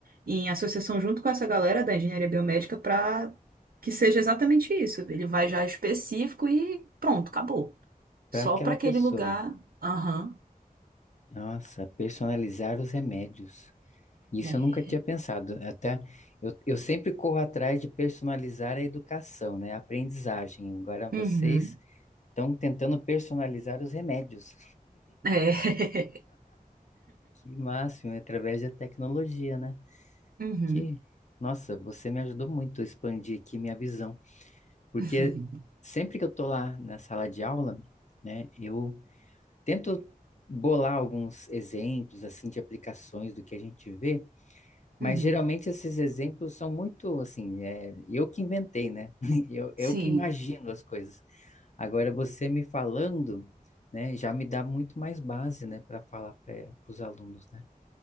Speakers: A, on the right; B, on the left.
A: em associação junto com essa galera da engenharia biomédica para que seja exatamente isso. Ele vai já específico e pronto, acabou. Só
B: Para aquela
A: para aquele
B: pessoa.
A: lugar. Aham.
B: Nossa, personalizar os remédios. Isso
A: É.
B: eu nunca tinha pensado. Até eu, eu sempre corro atrás de personalizar a educação, né? A aprendizagem. Agora vocês
A: Uhum.
B: estão tentando personalizar os remédios.
A: É. <laughs>
B: Que máximo, através da tecnologia, né?
A: Uhum.
B: Que, nossa, você me ajudou muito a expandir aqui minha visão. Porque
A: <laughs>
B: sempre que eu tô lá na sala de aula, né, eu tento bolar alguns exemplos assim de aplicações do que a gente vê. Mas
A: Uhum.
B: geralmente esses exemplos são muito assim, é, eu que inventei, né? <laughs> Eu,
A: Sim,
B: eu que imagino as coisas. Agora você me falando, né, já me dá muito mais base, né, para falar para os alunos, né?